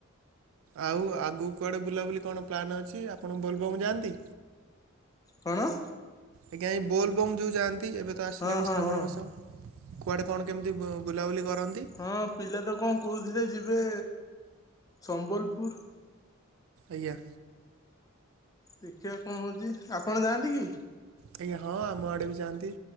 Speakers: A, on the right; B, on the left.
A: ଆଉ ଆଗକୁ କୁଆଡ଼େ ବୁଲାବୁଲି କଣ ପ୍ଲାନ୍ ଅଛି। ଆପଣ ବୋଲବମ୍ ଯାଆନ୍ତି?
B: କଣ?
A: ଆଜ୍ଞା ଏ ବୋଲବମ ଯେଉଁ ଯାଆନ୍ତି ଏବେ ତ ଆସିଲାଣି
B: ହଁ ହଁ
A: ଶ୍ରାବଣ
B: ହଁ
A: ମାସ। କୁଆଡ଼େ କଣ କେମିତି ବୁଲାବୁଲି କରନ୍ତି?
B: ହଁ ପିଲା ତ କଣ କହୁଥିଲେ ଯିବେ ସମ୍ବଲପୁର।
A: ଆଜ୍ଞା।
B: ଦେଖିବା କଣ ହେଉଛି। ଆପଣ ଯାଆନ୍ତି କି?
A: ଆଜ୍ଞା। ହଁ ଆମ ଆଡେ ବି ଯାଆନ୍ତି।